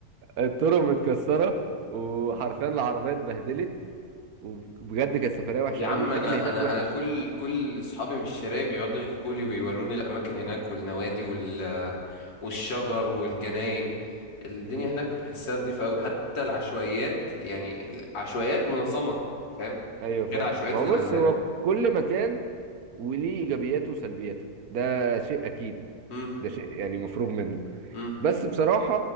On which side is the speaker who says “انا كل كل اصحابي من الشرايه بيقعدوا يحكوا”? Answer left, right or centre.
Left